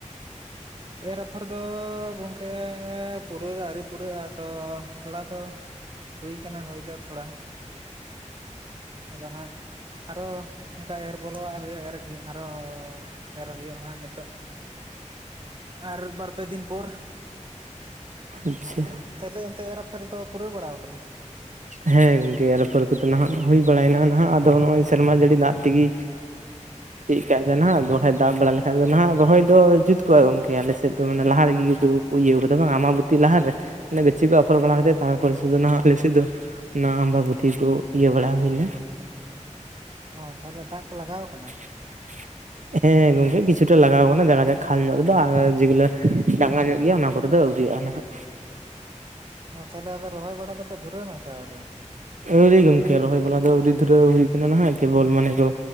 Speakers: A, on the right; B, on the right.
A: ᱮᱨ ᱟᱯᱷᱚᱨ ᱫᱚ ᱜᱚᱝ ᱠᱮᱸᱻ ᱯᱩᱨᱟᱹᱜ ᱫᱚ ᱟᱹᱣᱨᱤ ᱯᱩᱨᱟᱹᱜᱼᱟ ᱛᱚ ᱛᱷᱚᱲᱟ ᱫᱚ ᱦᱩᱭ ᱠᱟᱱᱟ ᱦᱩᱭ ᱫᱚ ᱛᱷᱚᱲᱟ, ᱟᱫᱚ ᱦᱟᱸᱜ ᱟᱨᱚ ᱚᱱᱠᱟ ᱮᱨ ᱵᱚᱞᱚᱣᱟᱜ ᱦᱩᱭᱩᱜᱼᱟ ᱮᱨᱜᱮ, ᱟᱨᱚ ᱮᱨ ᱦᱩᱭᱩᱜ ᱦᱟᱸᱜ ᱱᱤᱛᱚᱜ ᱾ ᱟᱨ ᱵᱟᱨᱯᱮ ᱫᱤᱱ ᱯᱚᱨ,
B: ᱟᱪᱪᱷᱟ
A: ᱚᱸᱷ ᱾ ᱛᱟᱦᱚᱞᱮ ᱚᱱᱛᱮ ᱮᱨ ᱟᱯᱷᱮᱨ ᱫᱚ ᱯᱩᱨᱟᱹᱣ ᱵᱟᱲᱟᱣ ᱟᱠᱟᱱᱟ?
B: ᱦᱮᱸ ᱜᱚᱢᱠᱮ ᱮᱨᱟᱹᱯᱷᱮᱨ ᱠᱚᱫᱚ ᱱᱟᱦᱟᱜ ᱦᱩᱭ ᱵᱟᱲᱟᱭᱮᱱᱟ ᱱᱟᱦᱟᱜ ᱟᱫᱚ ᱱᱚᱜᱼᱚᱭ ᱥᱮᱨᱢᱟ ᱡᱟᱹᱲᱤ ᱫᱟᱜ ᱛᱮᱜᱮ ᱪᱮᱫ ᱠᱟᱭ ᱫᱟ ᱱᱟ ᱱᱟᱦᱟᱜ, ᱟᱫᱚ ᱵᱟᱠᱷᱟᱡ ᱫᱟᱜ ᱵᱟᱲᱟ ᱞᱮᱠ ᱠᱷᱟᱡ ᱫᱚ ᱱᱟᱦᱟᱜ ᱨᱚᱦᱚᱭ ᱫᱚ ᱡᱩᱛ ᱠᱚᱜᱼᱟ ᱜᱚᱢᱠᱮ ᱟᱞᱮ ᱥᱮᱫ ᱫᱚ ᱢᱟᱱᱮ ᱞᱟᱦᱟ ᱨᱮᱜᱮ ᱫᱩ ᱠᱚ ᱤᱭᱟᱹ ᱟᱠᱟᱫᱟ ᱵᱟᱝ ᱟᱢᱟᱵᱚᱛᱤ ᱞᱟᱦᱟᱨᱮ ᱾ ᱚᱱᱮ ᱜᱟᱪᱷᱤ ᱠᱚ ᱚᱯᱷᱚᱨ ᱵᱟᱲᱟ ᱠᱟᱛᱮ ᱛᱟᱯᱚᱨᱮ ᱥᱩᱫᱷᱩ ᱱᱟᱦᱟᱜ ᱞᱮ ᱥᱮᱫ ᱫᱚ ᱾ ᱚᱱᱟ ᱟᱢᱵᱟᱵᱩᱛᱤ ᱠᱚ ᱤᱭᱟᱹ ᱵᱟᱲᱟ ᱦᱩᱭ ᱮᱱᱟ ᱾
A: ᱚ ᱛᱟᱦᱚᱞᱮ ᱫᱟᱜ ᱠᱚ ᱞᱟᱜᱟᱣ ᱟᱠᱟᱱᱟ?
B: <unintelligible> ᱦᱮᱸ ᱜᱚᱝᱠᱮ ᱠᱤᱪᱷᱩᱴᱟ ᱞᱟᱜᱟᱣ ᱟᱠᱟᱱᱟ ᱡᱟᱜᱟ <unintelligible> ᱠᱷᱟᱞ ᱧᱚᱜ ᱨᱮᱫᱚ ᱟᱨ ᱡᱮᱜᱩᱞᱟᱹ ᱰᱟᱸᱜᱟ ᱧᱚᱜ ᱜᱮᱭᱟ ᱚᱱᱟ ᱠᱚ ᱫᱚ ᱟᱹᱣᱨᱤᱼᱟ ᱱᱟᱦᱟᱜ ᱾
A: ᱚ ᱛᱟᱦᱚᱞᱮ ᱟᱫᱚ ᱨᱚᱦᱚᱭ ᱵᱟᱲᱟ ᱫᱚᱯᱮ ᱫᱷᱩᱨᱟᱹᱣᱱᱟ ᱥᱮ ᱟᱹᱣᱨᱤ?
B: ᱟᱹᱣᱨᱤ ᱜᱚᱢᱠᱮ ᱨᱚᱦᱚᱭ ᱵᱟᱞᱟ ᱫᱚ ᱟᱹᱣᱨᱤ ᱫᱷᱩᱨᱟᱹᱣ ᱦᱩᱭ ᱠᱟᱱᱟ ᱱᱟᱦᱟᱜ ᱠᱮᱵᱚᱞ ᱢᱟᱱᱮ ᱠᱚ